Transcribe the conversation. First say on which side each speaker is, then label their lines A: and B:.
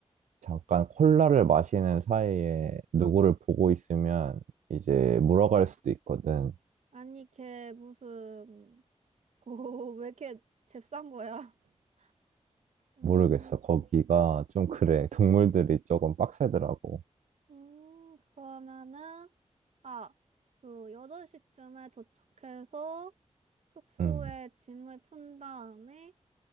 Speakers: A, on the right; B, on the right.
A: 잠깐 콜라를 마시는 사이에 누구를 보고 있으면 이제 물어갈 수도 있거든.
B: 아니, 걔 무슨, <laughs> 고, 왜 이렇게 잽싼 거야? <laughs> 음,
A: 모르겠어. 거기가 좀 그래. <laughs> 동물들이 조금 빡세더라고.
B: 음, 그러면은, 아, 그, 8시쯤에 도착해서 숙소에
A: 음,
B: 짐을 푼 다음에,